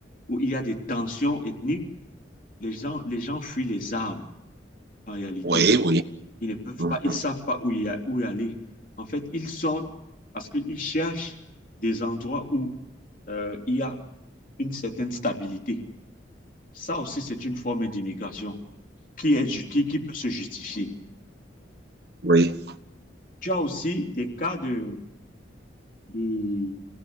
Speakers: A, on the left (about 45°); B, on the right (about 60°).
A: où il y a des tensions ethniques. Les gens, les gens fuient les armes, en réalité.
B: Oui, oui.
A: Ils ne peuvent
B: Mhm.
A: pas, ils ne savent pas où, y a- où y aller. En fait, ils sortent parce qu'ils cherchent des endroits où euh, il y a une certaine stabilité. Ça aussi, c'est une forme d'immigration qui est, ju- qui, qui peut se justifier.
B: Oui,
A: Tu as aussi des cas de, de-